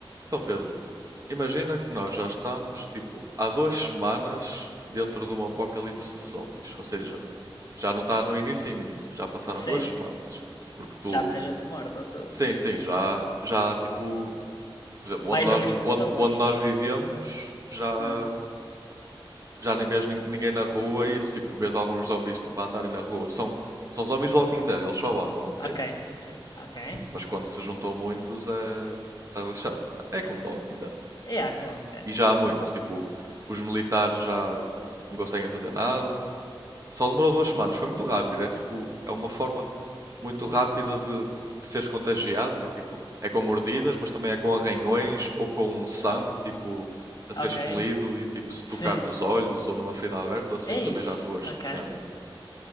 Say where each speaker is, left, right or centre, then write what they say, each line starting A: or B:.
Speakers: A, on the right (about 40°); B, on the left (about 50°).
A: Então, Pedro, imagina que nós já estamos, tipo, há duas semanas dentro de um apocalipse de zombies. Ou seja, já não está no início início, já passaram
B: Sim,
A: duas semanas. Porque tu,
B: já há muita gente morta. ou tu-
A: sim, sim, já, já, tipo, por exemplo,
B: Mais
A: onde nós,
B: zombies que pessoas.
A: onde, onde nós vivemos, já,
B: Ah,
A: já nem vês nin- ninguém na rua e isso, tipo, vês alguns zombies, tipo, a andarem na rua. São, são zombies Walking Dead, eles só andam, ok?
B: ok. Então, Ok.
A: Mas quando se juntam muitos, é... Estás lixado, não é? É como no Walking Dead.
B: É, Yeah, como Walking Dead.
A: E já há muito. Tipo, os militares já não conseguem fazer nada. Só demorou duas semanas. Foi muito rápido. É tipo, é uma forma muito rápida de, de seres contagiado, que é tipo, é com mordidas, mas também é com arranhões ou com um sangue, tipo, a ser
B: Ok.
A: expelido e tipo, se
B: Sim.
A: tocar nos olhos ou numa ferida aberta ou assim,
B: Ixi,
A: também já foste.
B: ok.
A: Yeah, yeah.